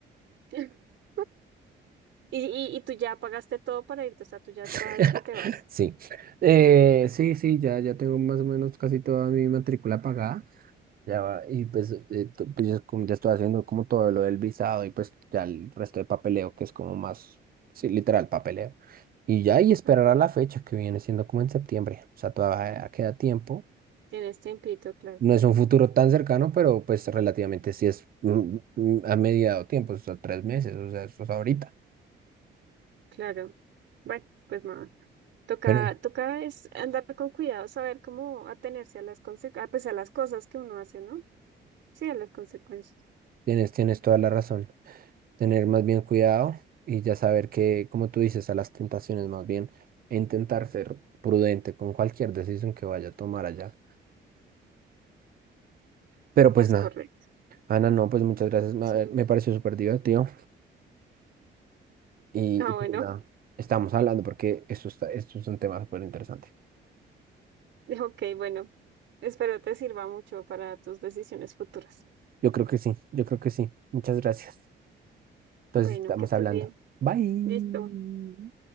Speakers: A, on the right; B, on the right.
A: <laughs> Y, y, y tú ya pagaste todo para irte, o sea, tú ya estás
B: <laughs>
A: que te vas.
B: Sí. Eh,
A: Ah,
B: sí, sí, ya, ya tengo más o menos casi toda mi matrícula pagada. Ya va, y pues, eh, to- pues ya, como ya estoy haciendo como todo lo del visado y pues ya el resto de papeleo, que es como más, sí, literal papeleo. Y ya, y esperar
A: Ajá,
B: a la fecha que viene siendo como en septiembre. O sea, todavía queda tiempo.
A: tienes tiempito, claro.
B: No es un futuro tan cercano, pero pues relativamente sí es mm, mm, a mediado tiempo, o sea, tres meses, o sea, eso es ahorita.
A: Claro. Bueno, pues nada. Toca,
B: Pero
A: toca es andar con cuidado, saber cómo atenerse a las conse- a, pues, a las cosas que uno hace, ¿no? Sí, a las consecuencias.
B: tienes, tienes toda la razón. Tener más bien cuidado y ya saber que, como tú dices, a las tentaciones más bien, intentar ser prudente con cualquier decisión que vaya a tomar allá. Pero pues
A: Es
B: nada,
A: correcto.
B: Ana, no, pues muchas gracias, ma-
A: Sí.
B: me pareció súper divertido y,
A: Ah,
B: y pues
A: bueno.
B: nada, estamos hablando porque esto está, esto es un tema súper interesante.
A: <laughs> Ok, bueno. Espero te sirva mucho para tus decisiones futuras.
B: Yo creo que sí, yo creo que sí. Muchas gracias. Entonces
A: Bueno,
B: estamos
A: que estés
B: hablando.
A: bien.
B: Bye.
A: Listo.